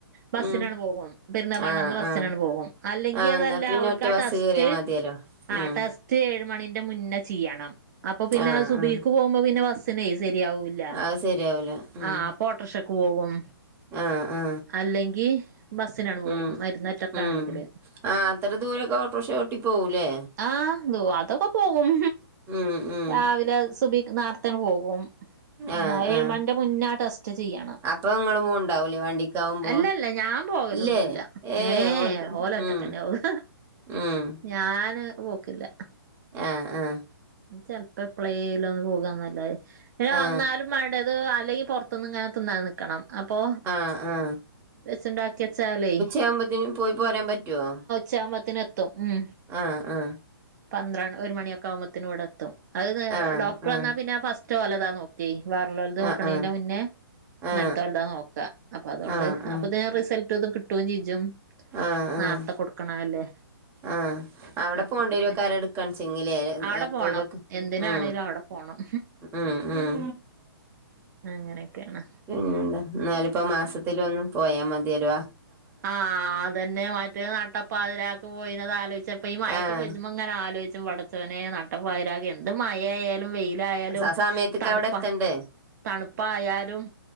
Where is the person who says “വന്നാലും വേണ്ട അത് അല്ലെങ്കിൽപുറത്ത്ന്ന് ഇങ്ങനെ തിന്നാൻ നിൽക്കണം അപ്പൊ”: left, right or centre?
Right